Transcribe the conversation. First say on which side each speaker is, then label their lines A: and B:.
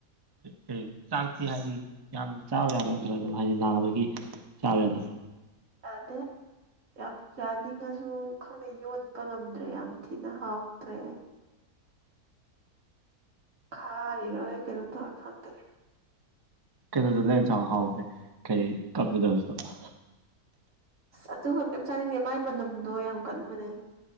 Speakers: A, on the right; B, on the right.
A: ꯀꯩ ꯆꯥꯛꯇꯤ ꯍꯥꯏꯗꯤ ꯌꯥꯝꯅ ꯆꯥꯕ ꯌꯥꯕꯥ ꯅꯠꯇ꯭ꯔꯒ ꯑꯗꯨꯝ ꯍꯥꯏꯗꯤ ꯅꯥꯕꯒꯤ ꯆꯥꯋꯦ ꯇꯗꯥ <unintelligible>
B: ꯇꯥꯗ‌ꯦ ꯌꯥꯝ ꯆꯥꯅꯤꯡꯉꯁꯨ ꯈꯪꯗꯦ ꯌꯣꯠꯄ ꯉꯝꯗ꯭ꯔꯦ ꯌꯥꯝ ꯊꯤꯅ ꯍꯥꯎꯇ꯭ꯔꯦ ꯈꯥꯔꯤꯔ ꯑꯩ ꯀꯩꯅꯣ ꯇꯧꯔ‌ꯦ ꯈꯪꯗ‌ꯦ
A: ꯀꯩꯅꯣꯗꯨ ꯂꯩꯔ ꯆꯥꯎ ꯍꯥꯎꯕꯅꯦ ꯀꯩ ꯀꯞ ꯅꯨꯗ꯭ꯔꯁꯇ‍ꯣ
B: ꯑꯁ ꯑꯗꯨꯒ ꯀꯩꯝ ꯆꯥꯅꯤꯡꯉꯦ ꯃꯥꯏ ꯃꯅꯝꯗꯣ ꯌꯥꯝ ꯀꯟꯕꯅꯦ